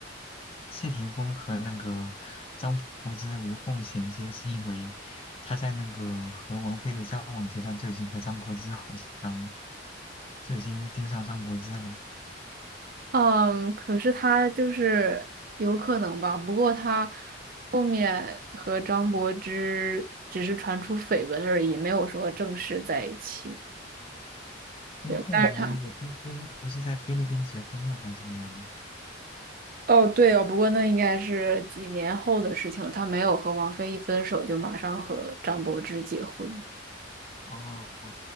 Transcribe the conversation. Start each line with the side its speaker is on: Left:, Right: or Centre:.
Left: 谢霆锋和那个张柏芝无缝衔接，是因为他在那个和王菲的交往阶段就已经和张柏芝好上，就已经盯上张柏芝了。
Right: 嗯，可是他就是有可能吧，不过他后面和张柏芝只是传出绯闻而已，没有说正式在一起。
Left: 他们后来我听说不是在菲律宾结婚了还是怎么样？
Right: 对，但是他，哦，对哦，不过那应该是几年后的事情了，他没有和王菲一分手就马上和张柏芝结婚。
Left: 哦，